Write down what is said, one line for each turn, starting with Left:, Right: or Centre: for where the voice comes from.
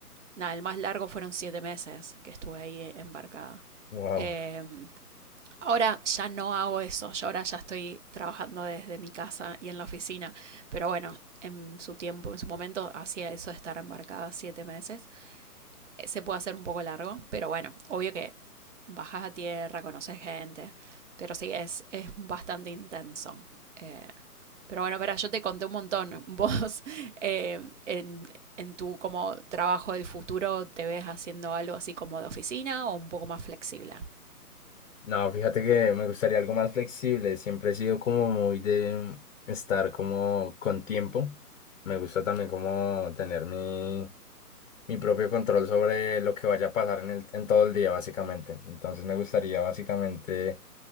Right: nada, el más largo fueron siete meses que estuve ahí embarcada.
Left: Wow.
Right: Eh, Ahora ya no hago eso, yo ahora ya estoy trabajando desde mi casa y en la oficina, pero bueno, en su tiempo, en su momento, hacía eso de estar embarcada siete meses. Eh, Se puede hacer un poco largo, pero bueno, obvio que bajas a tierra, conoces gente, pero sí, es, es bastante intenso. Eh, pero bueno, pero yo te conté un montón. <laughs> Vos eh, en, en tu como trabajo del futuro te ves haciendo algo así como de oficina o un poco más flexible.
Left: No, fíjate que me gustaría algo más flexible. Siempre he sido como muy de estar como con tiempo. Me gusta también como tener mi mi propio control sobre lo que vaya a pasar en el, en todo el día, básicamente. Entonces me gustaría, básicamente,